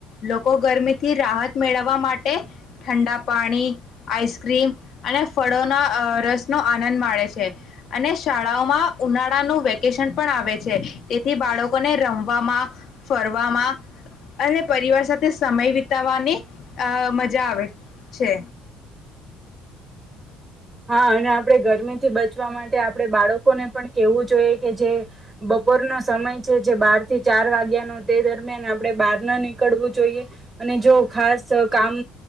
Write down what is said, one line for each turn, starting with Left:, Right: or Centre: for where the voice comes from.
Left: લોકો ગરમીથી રાહત મેળવવા માટે ઠંડા પાણી, આઈસ્ક્રીમ, અને ફળોના અહ રસનો આનંદ માડે છે અને શાળાઓમાં ઉનાળાનું વેકેશન પણ આવે છે. તેથી બાળકોને રમવામાં ફરવામાં અને પરિવાર સાથે સમય વિતાવવાની અહ મજા આવે છે.
Right: હા, અને આપડે ગરમીથી બચવા માટે આપડે બાળકોને પણ કેવું જોઈએ કે જે બપોરનો સમય છે જે બાર થી ચાર વાગ્યાનો તે દરમિયાન આપડે બહાર ના નીકળવું જોઈએ. અને જો ખાસ અહ કામ